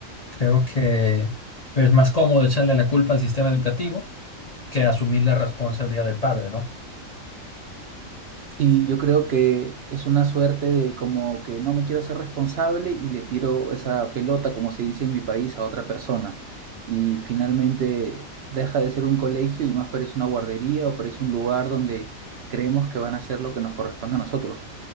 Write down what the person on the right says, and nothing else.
Sí, yo creo que es una suerte de como que no me quiero ser responsable y le tiro esa pelota, como se dice en mi país, a otra persona. Y finalmente deja de ser un colegio y más parece una guardería o parece un lugar donde creemos que van a hacer lo que nos corresponde a nosotros.